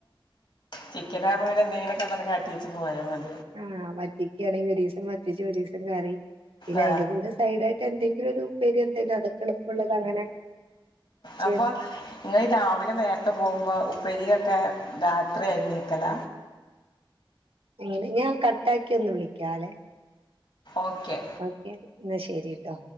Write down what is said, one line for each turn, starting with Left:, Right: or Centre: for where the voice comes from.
Left: ചിക്കൻ ആവുമ്പോ പിന്നെ എന്തെങ്കിലൊക്കെ <unintelligible> കാട്ടി വെച്ച് പോയാ മത്
Right: ആഹ് വറ്റിക്കയാണെങ്കിൽ ഒരു ദിവസം വറ്റിച്ച് ഒരു ദിവസം കറി പിന്നെ
Left: ആ
Right: അതിന്റെ കൂടെ സൈഡായിട്ട് എന്തെങ്കിലും ഒരു ഉപ്പേര് എന്തേലും അതൊക്കെ എളുപ്പള്ളത് അങ്ങനെ ചെയ്യും.
Left: അപ്പൊ ഇങ്ങള് രാവിലെ നേരത്തെ പോകുമ്പോ ഉപ്പ് പെരിയൊക്കെ രാത്രി അരിഞ്ഞേൽക്കല
Right: എങ്ങനെ ഞാൻ കട്ടാക്കി ഒന്ന് വിളിക്കല്ലെ
Left: ഓക്കെ
Right: ഓക്കെ ശരിട്ടാ